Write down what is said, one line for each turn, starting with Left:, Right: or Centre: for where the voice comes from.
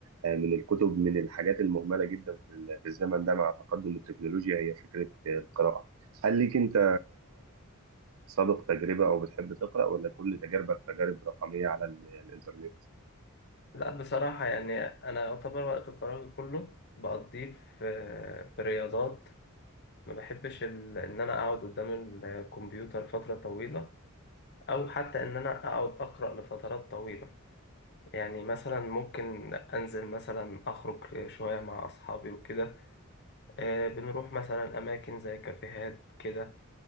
Right: آه، من الكتب من الحاجات المهمله جدا في ال- في الزمن ده مع تقدم التكنولوجيا هي فكره آه، القراءه هل ليك انت سابق تجربه او بتحب تقرا ولا كل تجاربك تجارب رقميه على ال- الانترنت
Left: لا بصراحة يعني انا يعتبر وقت فراغي كله بقضيه في في رياضات ما بحبش ال... ان انا اقعد قدام الكمبيوتر فترة طويلة او حتى ان انا اقعد اقرأ لفترات طويلة يعني مثلا ممكن انزل مثلا اخرج شوية مع اصحابي وكده آه، بنروح مثلا اماكن زي كافيهات كده